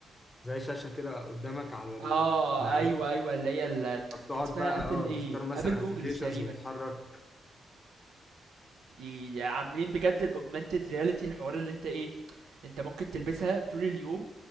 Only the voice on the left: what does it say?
زي شاشة كده قدامك على ال...
على عينيك
فبتقعد
بقى
اه
تختار مثلا
ابلكيشنز
وتحرك